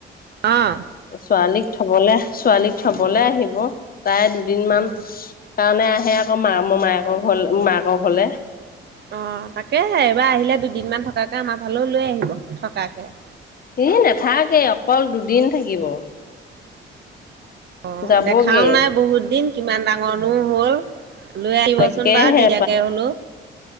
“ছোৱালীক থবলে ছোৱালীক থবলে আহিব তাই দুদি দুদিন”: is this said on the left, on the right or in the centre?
Left